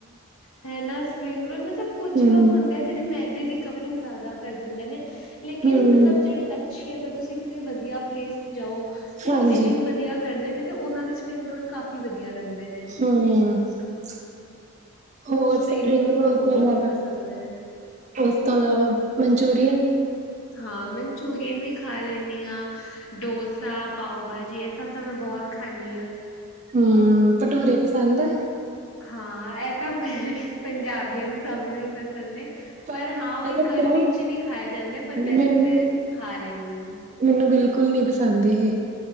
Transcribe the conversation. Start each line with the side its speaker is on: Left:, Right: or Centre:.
Left: ਹੈ ਨਾ ਸਪਰਿੰਗ ਰੋਲ ਮਤਲਬ ਕੁੱਛ
Right: ਹੂੰ
Left: ਲੋਕ ਹੁੰਦੇ ਆ ਜਿਹੜੇ ਮੈਦੇ ਦੀ ਕਵਰਿੰਗ ਜ਼ਿਆਦਾ ਕਰ ਦਿੰਦੇ ਨੇ, ਲੇਕਿਨ
Right: ਹੂੰ
Left: ਮਤਲਬ ਜਿਹੜੇ ਅੱਛੀ, ਅਗਰ ਤੁਸੀ ਕਿਸੇ ਵਧੀਆ ਪਲੇਸ ਤੇ ਜਾਓ, ਉਹ
Right: ਹਾਂਜੀ
Left: ਫੀਲਿੰਗ ਵਧੀਆ ਕਰਦੇ ਨੇ ਤੇ, ਉਹਨਾਂ ਦੇ ਸਪਰਿੰਗ ਰੋਲ ਕਾਫ਼ੀ ਵਧੀਆ ਲੱਗਦੇ ਨੇ।
Right: ਹਮ <inaudible>
Left: ਮੈਨੂੰ
Right: ਹੋਰ ਸਪਰਿੰਗ ਰੋਲ
Left: ਤਾਂ
Right: ਤੋਂ
Left: ਬਹੁਤ
Right: ਇਲਾਵਾ।
Left: ਹੀ ਪਸੰਦ ਹੈ।
Right: ਉਸ ਤੋਂ ਇਲਾਵਾ, ਮਨਚੂਰੀਅਨ।
Left: ਹਾਂ, ਮਨਚੂਰੀਅਨ ਵੀ ਖਾ ਲੈਂਣੀ ਆ। ਡੋਸਾ, ਪਾਓ ਭਾਜੀ, ਇਹ ਸਭ ਤਾਂ ਮੈਂ ਬਹੁਤ ਖਾਣੀ ਆ।
Right: ਹਮ, ਭਟੂਰੇ ਪਸੰਦ ਆ?
Left: ਹਾਂ, ਇਹ ਤਾਂ ਪੰਜਾਬੀਆਂ ਨੂੰ ਸਭ ਨੂੰ ਪਸ ਪਰ ਮੈਂ ਪਰ
Right: ਹੁਣ
Left: ਹਾਂ
Right: ਮੈਂ
Left: ਉਹੀ
Right: ਦੱਸਾਂ
Left: ਗਰਮੀ
Right: ਹੂੰ
Left: 'ਚ' ਨਹੀਂ ਖਾਏ ਜਾਂਦੇ, ਪਰ ਵੈਸੇ
Right: ਮੈਨੂੰ
Left: ਮੈਂ ਖਾ ਲੈਂਣੀ ਆ।
Right: ਮੈਨੂੰ ਬਿਲਕੁਲ ਨੀ, ਪਸੰਦ ਇਹ